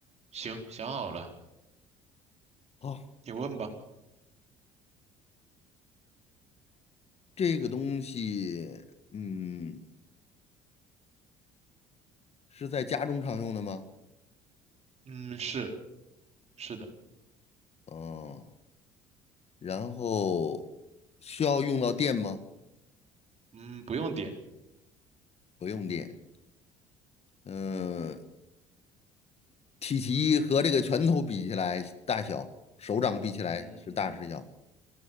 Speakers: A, on the right; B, on the left.
A: 行，想好了，
B: 好。
A: 你问吧。
B: 这个东西，嗯，是在家中常用的吗？
A: 嗯，是是的，
B: 嗯，然后需要用到电吗？
A: 嗯，不用点，
B: 不用电。嗯，体积和这个拳头比起来，大小，手掌比起来是大是小？
A: 嗯，